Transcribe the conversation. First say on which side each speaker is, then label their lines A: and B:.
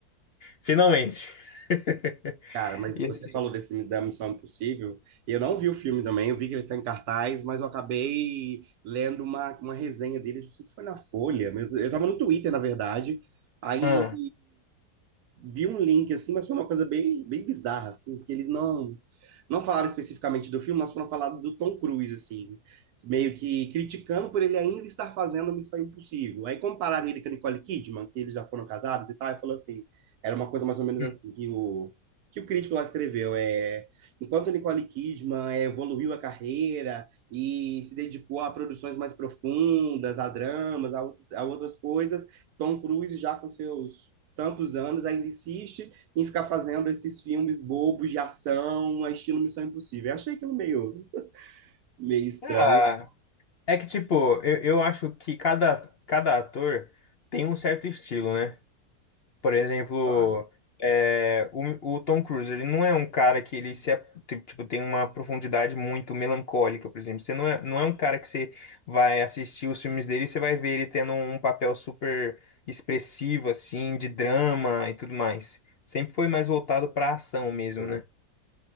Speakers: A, on the left; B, on the right.
A: Finalmente. <laughs>
B: Cara, mas
A: E
B: você
A: assim,
B: falou desse da Missão Impossível, e eu não vi o filme também, eu vi que ele está em cartaz, mas eu acabei lendo uma, uma resenha dele, não sei se foi na Folha, mas eu estava no Twitter, na verdade, aí
A: ah,
B: vi um link, assim, mas foi uma coisa bem, bem bizarra, assim, porque eles não, não falaram especificamente do filme, mas foram falar do Tom Cruise, assim, meio que criticando por ele ainda estar fazendo Missão Impossível. Aí compararam ele com a Nicole Kidman, que eles já foram casados e tal, e falou assim, era uma coisa mais ou menos
A: hum.
B: assim, que o que o crítico lá escreveu é enquanto Nicole Kidman é, evoluiu a carreira e se dedicou a produções mais profundas, a dramas, a, outras a outras coisas, Tom Cruise já com seus tantos anos ainda insiste em ficar fazendo esses filmes bobos de ação, estilo Missão Impossível. Eu achei aquilo meio, <laughs> meio estranho,
A: Ah, é que tipo, eu, eu acho que cada, cada ator tem um certo estilo, né? Por exemplo,
B: sabe?
A: é, o, o Tom Cruise, ele não é um cara que ele se, ap- ti- tipo, tem uma profundidade muito melancólica, por exemplo. Você não é, não é um cara que você vai assistir os filmes dele e você vai ver ele tendo um papel super expressivo, assim, de drama e tudo mais. Sempre foi mais voltado pra ação mesmo,
B: Então,
A: né?